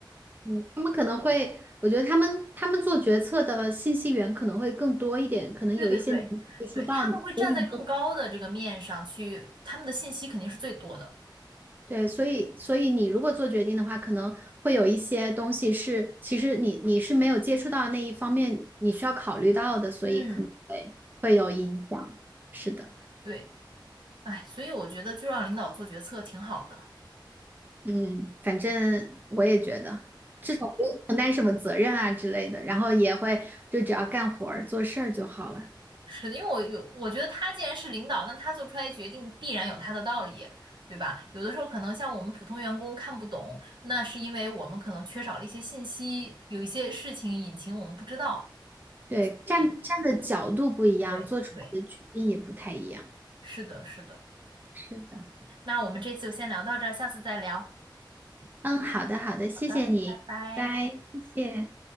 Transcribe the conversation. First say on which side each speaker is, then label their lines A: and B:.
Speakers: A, on the right; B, on the right.
A: 嗯，他们可能会，我觉得他们他们做决策的信息源可能会更多一点，可能有一些你没接触到，
B: 对对对，对，他们会站在更高的这个面上去，
A: 所以你就
B: 他们的信息肯定是最多的。
A: 对，所以所以你如果做决定的话，可能会有一些东西是，其实你你是没有接触到那一方面，你需要考虑到的，所以可能会会有影响。
B: 嗯，
A: 是的，
B: 对，哎，所以我觉得就让领导做决策挺好的。
A: 嗯，反正我也觉得，至少不用承担什么责任啊之类的，然后也会就只要干活儿做事儿就好了。
B: 是的，因为我有，我觉得他既然是领导，那他做出来决定必然有他的道理，对吧？有的时候可能像我们普通员工看不懂，那是因为我们可能缺少了一些信息，有一些事情隐情我们不知道。
A: 对，
B: 所以，
A: 站站的角度不一样，
B: 对对，
A: 做出来的决定也不太一样。
B: 是的，是的。
A: 是的，
B: 嗯，那我们这次就先聊到这儿，下次再聊。
A: 嗯，好的好的，谢谢你，
B: 好的，拜拜。
A: 拜，谢谢。